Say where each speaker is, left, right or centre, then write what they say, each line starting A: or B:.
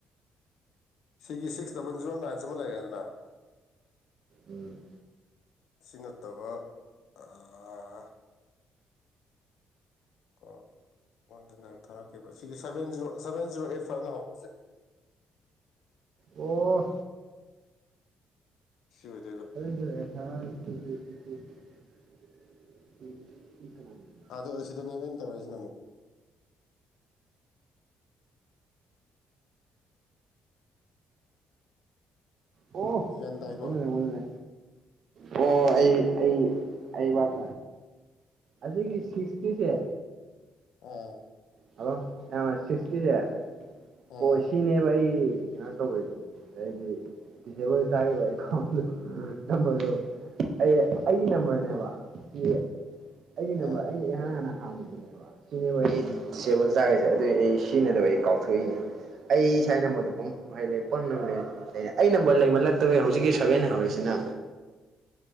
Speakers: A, on the left (about 75°); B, on the right (about 65°).
A: ꯁꯤꯒꯤ ꯁꯤꯛꯁ ꯗꯕꯜ ꯖꯤꯔꯣ ꯅꯥꯏꯟ ꯁꯤꯃ ꯂꯩꯔꯦꯗꯅ
B: ꯎꯝ
A: ꯑꯁꯤ ꯅꯠꯇꯕ ꯑꯥ <unintelligible> ꯀꯣ ꯑꯩꯉꯣꯟꯗ ꯅꯪꯅ ꯊꯥꯔꯛꯈꯤꯕ ꯁꯤꯒꯤ seven zero seven zero eight ꯐꯥꯏꯚꯅ ꯍꯧꯕꯁꯦ
B: ꯑꯣ
A: ꯁꯤ ꯑꯣꯏꯗꯣꯏꯕ
B: <unintelligible> ꯎꯝ__ <unintelligible>
A: ꯑꯗꯣ ꯁꯤꯗꯅꯦꯕꯣꯏ ꯇꯧꯔꯤꯁꯤꯅꯨꯛ
B: ꯑꯣ
A: ꯌꯦꯟꯗꯥꯥꯏꯒꯣ
B: ꯑꯣꯟꯅꯅꯦ ꯑꯣꯟꯅꯅꯦ ꯑꯣ ꯑꯩ ꯑꯩ ꯑꯩ ꯕꯞ ꯑꯗꯨꯒꯤ ꯁꯤꯛꯁꯇꯤꯁꯦ
A: ꯑꯥ
B: ꯍꯂꯣ ꯁꯤꯇꯤꯁꯦ
A: ꯑꯥ
B: ꯑꯣ ꯁꯤ ꯅꯦꯕꯏ ꯀꯩꯅꯣ ꯇꯧꯕꯣꯏꯣꯗꯤ ꯁꯦꯝꯕ ꯇꯥꯕꯥꯎ ꯅꯝꯕꯔꯗꯣ ꯑꯩ ꯑꯩꯒꯤ ꯅꯝꯕꯔꯅꯦꯕ <unintelligible> ꯑꯩꯒꯤ ꯅꯝꯕꯔ
A: ꯑꯥ
B: ꯑꯩꯅ ꯏꯍꯥꯟ ꯍꯥꯟꯅ ꯍꯥꯡꯕꯗꯨꯅꯦꯕ ꯁꯤꯅꯦ ꯋꯥꯔꯤ <unintelligible> ꯗꯤꯁꯑꯦꯕꯜ ꯆꯥꯈꯁꯦ ꯑꯗꯨ ꯑꯩ ꯁꯤꯖꯤꯟꯅꯗꯕ ꯑꯩ ꯀꯥꯎꯊꯣꯛꯏꯅꯦ ꯑꯩ ꯁꯥꯏ ꯅꯝꯕꯗ ꯄꯨꯡ ꯍꯥꯏꯗꯤ ꯄꯨꯡ ꯅꯦ ꯑꯩ ꯅꯝꯕꯔ ꯂꯩꯃꯜꯂꯛꯇꯕꯦ ꯍꯧꯖꯤꯛꯀꯤ ꯁꯚꯦꯟ ꯍꯧꯔꯤꯁꯤꯅ